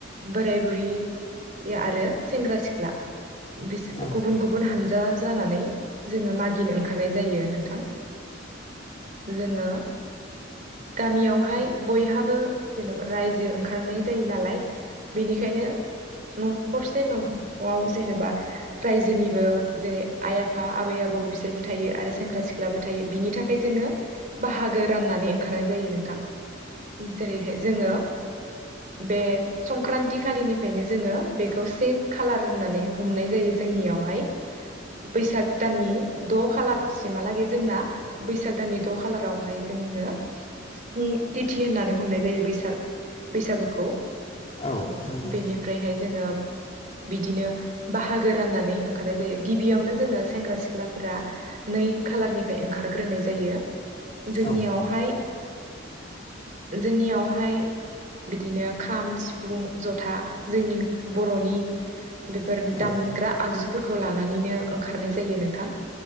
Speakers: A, on the right; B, on the left.
A: बोराय बुरि आरो सेंग्रा सिख्ला बिस
B: औ
A: गुबुन गुबुन हानजा जानानै जोङो मागिनो ओंखारनाय जायो नोंथां। जोङो गामियावहाय बयहाबो जेन'बा रायजो ओंखारनाय जायो नालाय बेनिखायनो न' हरसे न'आव जेनेबा रायजोनिबो जेरै- आइ आफा आबै आबौ बिसोरबो थां थायो आरो सेंग्रा सिख्लाबो थायो बिनि थाखाय जोङो बाहागो राननानै ओंखारनाय जायो नोंथां। जेरैहाय जोङो बे संक्रान्ति खालिनिफ्रायनो जोङो बेखौ से खालार होननानै हमनाय जायो जोंनिया यावहाय बैसाग दाननि द' खालारसिहालागै जोंना बैसाग दाननि द' खालारावहाय जोङो स्नि तिथि होननानै हमनाय जायो बैसाग बैसागो खौ
B: औ नंगौ
A: बेनिफ्रायहाय जोङो बिदिनो बाहागो राननानै ओंखारनाय जायो गिबियावनो जोङो सेंग्रा सिख्लाफोरा नै खाालारनिफ्राय ओंखारग्रोनाय जायो। जोंनियावहाय
B: औ
A: जोंनियावहाय बिदि नो खाम सिफुं जथा जोंनि बर'नि बेफोर
B: औ
A: दामग्रा आगजुफोरखौ लानानैनो ओंखारनाय जायो नोंथां।